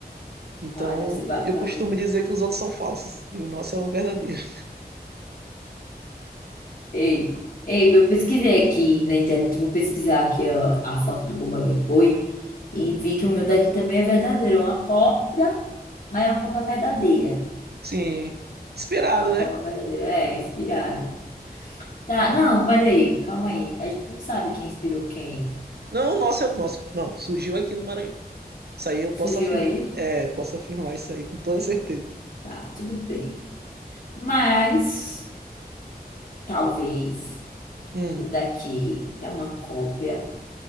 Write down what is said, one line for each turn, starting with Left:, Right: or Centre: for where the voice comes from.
Right: Então,
Left: Ah, deve ser bacana.
Right: eu costumo dizer que os outros são falsos e o nosso é o verdadeiro.
Left: Ei, ei, eu pesquisei aqui na internet, eu vou pesquisar aqui a, a foto do Bumba Meu Boi e vi que o meu daqui também é verdadeiro, é uma cópia, mas é uma cópia verdadeira.
Right: Sim, esperado,
Left: A cópia
Right: né?
Left: verdadeira é inspirado. Tá, não, peraí, calma aí. A gente não sabe quem inspirou quem.
Right: Não, nossa, é nosso. Não, surgiu aqui no Maranhão. Isso aí eu posso
Left: Surgiu
Right: afirmar.
Left: aí?
Right: É, posso afirmar isso aí com toda certeza.
Left: Tá, tudo bem. Mas, talvez,
Right: Hum.
Left: o daqui é uma cópia